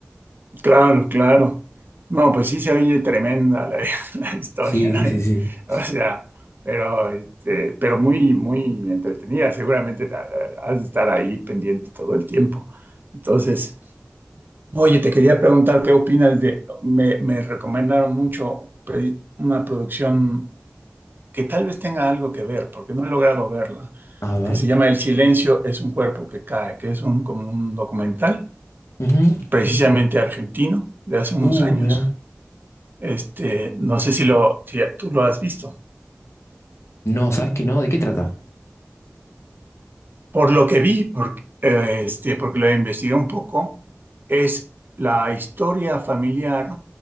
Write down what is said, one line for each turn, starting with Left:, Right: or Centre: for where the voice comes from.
Right: Claro, claro. No, pues sí se oye tremenda la, <laughs> la historia,
Left: Sí, sí, sí,
Right: ¿eh?
Left: sí.
Right: O sea, pero, este, pero muy, muy entretenida. Seguramente ta- has de estar ahí pendiente todo el tiempo. Entonces, oye, te quería preguntar qué opinas de, me, me recomendaron mucho pedir una producción que tal vez tenga algo que ver, porque no he logrado verla,
Left: A ver.
Right: que se llama El silencio es un cuerpo que cae, que es un, como un documental,
Left: Ujú.
Right: precisamente argentino, de hace unos
Left: Uh,
Right: años.
Left: mira.
Right: Este, no sé si lo, si tú lo has visto.
Left: No, ¿sabes qué no? ¿De qué trata?
Right: Por lo que vi, porque, eh, este, porque lo investigué un poco, es la historia familiar